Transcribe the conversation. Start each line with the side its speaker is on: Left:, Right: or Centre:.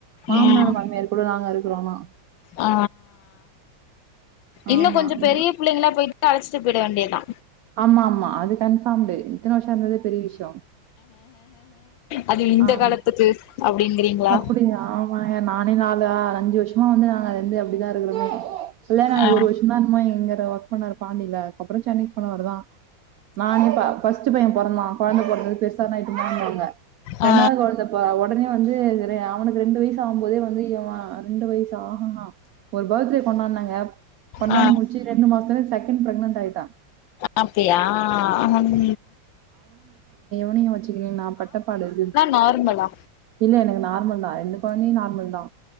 Right: மாமனார்
Left: ம்
Right: மாமியார் கூட நாங்க இரு <unintelligible>
Left: ஆ இன்னு
Right: ஆமா
Left: கொஞ்ச
Right: நீ
Left: பெரிய பிள்ளைங்களா போயிட் அழைச்சிட்டு போய்ட வேண்டியதுதா
Right: ஆமா ஆமா அது கன்பார்ம்டு இத்தன வருஷ இருந்தது பெரிய விஷய
Left: அது இந்த
Right: ஆம்
Left: காலத்துக்கு அப்டிங்கிறீங்களா
Right: அப்பிடியா ஆமா ஏ நானே நாலு ஆ அஞ்சு வருஷ்ம் வந்து நாங்க இருந்து அப்படிதா இருக்குறோமே கல்யாணாய்
Left: ஆ
Right: ஒரு வர்ஷோந்தா என்மோ இங்க அ ஒர்க் பண்ணரு பாண்டில அப்றோ சென்னைக் போனவரு தா நா இங் பா ஃபர்ஸ்ட்டு பைய பொறந்தா குழந்தை பொறந்து பெருசான இட்டுணுவானுவாங்க
Left: ஆ
Right: ரெண்டாது கொழந்த ப்ப ஒடனே வந்து ரே அவுனுக்கு ரெண்டு வயசு ஆவும்போதே வந்து இவ அ ரெண்டு வய்சு ஆ ஹ ஹா ஒரு பர்த்டே கொண்டான்னங்க கொண்டாடி
Left: ஆ
Right: முடிச்சி ரெண்டு மாஸ்த்துலே செகண் <inaudible> ப்ரெக்னன்ட் ஆயிட்ட
Left: அப்டியா அஹம்
Right: <unintelligible> வச்சிக்கினு நா பட்ட படுது
Left: நார்மலா
Right: இல்ல எனக்கு நார்மல் தா ரெண்டு கொழந்தையு நார்மல் தா